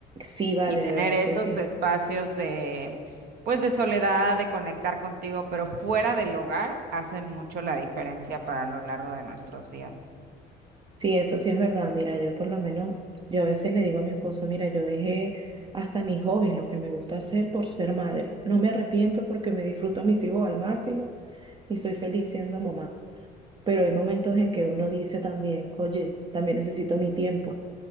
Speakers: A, on the right; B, on the right.
A: Sí, vale,
B: Y tener
A: de verdad
B: esos
A: que sí.
B: espacios de, pues, de soledad, de conectar contigo, pero fuera del hogar, hacen mucho la diferencia para lo largo de nuestros días.
A: Sí, eso sí es verdad. Mira, yo por lo menos, yo a veces le digo a mi esposo, mira, yo dejé hasta mis hobbies, lo que me gusta hacer por ser madre. No me arrepiento porque me disfruto a mis hijos al máximo y soy feliz siendo mamá. Pero hay momentos en que uno dice también, oye, también necesito mi tiempo.